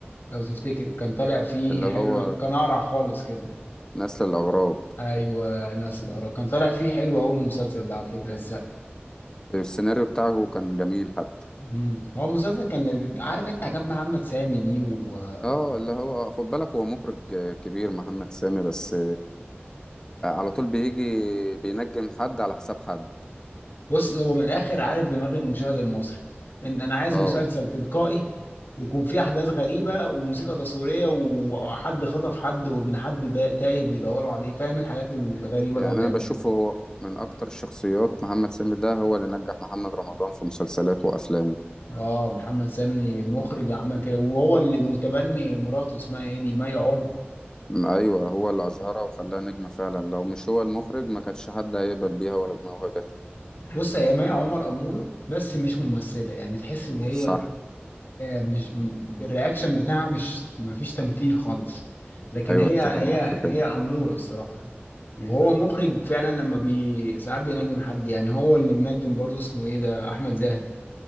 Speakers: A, on the left; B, on the left.
A: لو تفتكر كان طالع فيه
B: اللي
A: حلو
B: هو
A: كان أقرع خالص كده
B: نسل الأغراب
A: ايوه ناس الأقرع كان طالع فيه حلو أوي المسلسل ده على فكرة السقا
B: السيناريو بتاعه كان جميل حتى
A: مم. هو المسلسل كان لذيذ. عارف انت حاجات محمد سامي دي و...
B: اه
A: و-
B: اللي هو خد بالك هو مخرج كبير محمد سامي بس على طول بيجي بينجم حد على حساب حد
A: بص هو من الاخر عارف دماغ المشاهد المصري ان انا عايز
B: اه
A: مسلسل تلقائي يكون فيه احداث غريبه وموسيقى تصويريه وحد خطف حد وابن حد دا- تايه بيدوروا عليه فاهم الحاجات الغريبه
B: يعني
A: اللي هو بيعملها
B: انا بشوفه هو من اكتر الشخصيات محمد سامي ده هو اللي نجح محمد رمضان في مسلسلاته وافلامه
A: اه محمد سامي مخرج عمل كده وهو اللي متبني مراته اسمها ايه دي مي عمر
B: م- ايوه هو اللي اظهرها وخلاها نجمة فعلا لو مش هو المخرج ما كانش حد هيقبل بيها ولا بموهبته
A: بص هي مي عمر اموره بس مش ممثله يعني تحس ان هي
B: صح
A: آه، مش الرياكشن بتاعها مش مفيش تمثيل خالص لكن
B: ايوه
A: هي
B: اتفق
A: هي
B: معاك في كده
A: هي أمورة الصراحة وهو مخرج فعلا لما بي ساعات بينجم حد يعني هو اللي منجم برضه اسمه ايه ده احمد زاهر